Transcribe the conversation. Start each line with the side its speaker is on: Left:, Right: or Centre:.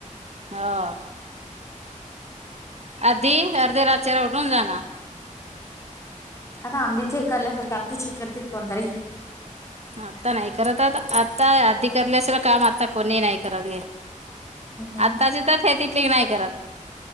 Right: हो. आदी हेअर जरा चेहरा उठून जाणार.
Left: आता अंदि चेक करल्यासारखे अति चेक करतात कोणतरी.
Right: आता नाही करत आता आत्ता आधी करल्याशिवा काम आता कोणी नाही करत हे.
Left: हं,
Right: आत्ता जिथत हे तिथली नाही करत.